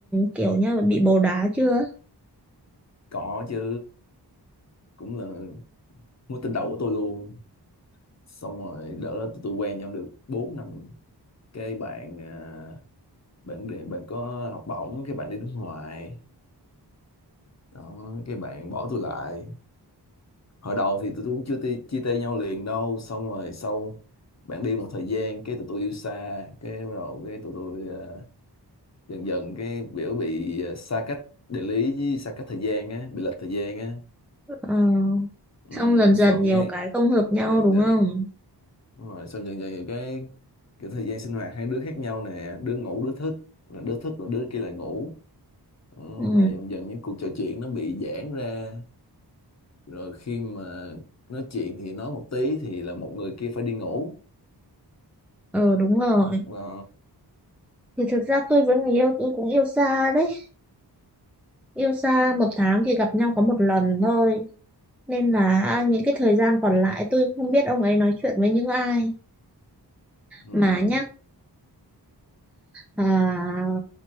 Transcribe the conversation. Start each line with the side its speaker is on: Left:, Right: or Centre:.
Centre: kiểu như là bị bồ đá chưa
Left: có chứ cũng là mối tình đầu của tôi luôn xong rồi đợt đó tụi tôi quen nhau được bốn năm cái bạn ờ, bạn đi- bạn có học bổng cái bạn đi nước ngoài đó cái bạn bỏ tôi lại hồi đầu thì tụi tôi cũng chưa ti- chia tay nhau liền đâu xong rồi sau bạn đi một thời gian cái tụi tôi yêu xa cái bắt đầu cái tụi tôi ờ, dần dần cái biểu bị ờ, xa cách địa lý với xa cách thời gian á bị lệch thời gian á
Centre: ờ,
Left: ừ,
Centre: xong dần dần
Left: xong
Centre: nhiều
Left: cái
Centre: cái không hợp nhau
Left: dần
Centre: đúng
Left: dần
Centre: không
Left: Đúng rồi xong dần dần nhiều cái kiểu thời gian sinh hoạt hai đứa khác nhau nè đứa ngủ đứa thức là đứa thức rồi đứa kia lại ngủ Đó,
Centre: ừ,
Left: là dần dần những cuộc trò chuyện nó bị giãn ra rồi khi mà nói chuyện thì nói một tí thì là một người kia phải đi ngủ
Centre: ờ đúng rồi
Left: Hoặc là
Centre: thì thực ra tôi với người yêu tôi cũng yêu xa đấy yêu xa một tháng chỉ gặp nhau có một lần thôi Nên là à, những cái thời gian còn lại tôi không biết ông ấy nói chuyện với những ai
Left: ừ,
Centre: mà nhá à,